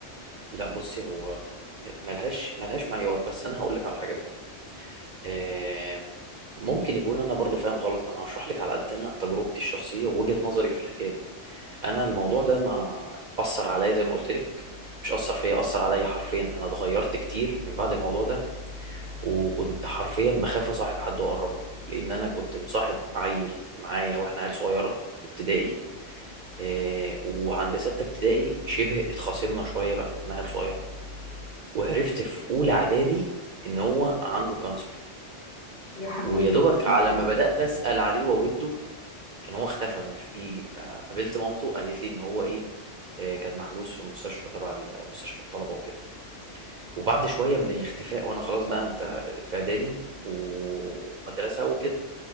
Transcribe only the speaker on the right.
لا بصي هو م- ملهاش ملهاش معيار بس انا هقول لك على حاجه بجد آه، ممكن يكون انا برضو فاهم غلط انا هشرح لك على قد انا تجربتي الشخصيه ووجهه نظري في الحكايه دي انا الموضوع ده ما اثر عليا زي ما قلت لك مش اثر فيا اثر عليا حرفيا انا اتغيرت كتير من بعد الموضوع ده وكنت حرفيا بخاف اصاحب حد واقرب له لان انا كنت مصاحب عيل معايا واحنا عيل صغيره في ابتدائي آه وعند سته ابتدائي شبه اتخاصمنا شويه بقى احنا كنا عيل صغيره وعرفت في اولى اعدادي ان هو عنده كانسر
ويا دوبك
على ما بدات اسال عليه واوده كان هو اختفى ما مش بيجي فقابلت مامته قالت لي ان هو ايه آه، كان محجوز في مستشفى تبع ال- مستشفى الطلبه وكده وبعد شويه من الاختفاء وانا خلاص بقى انت في اعدادي ومدرسه وكده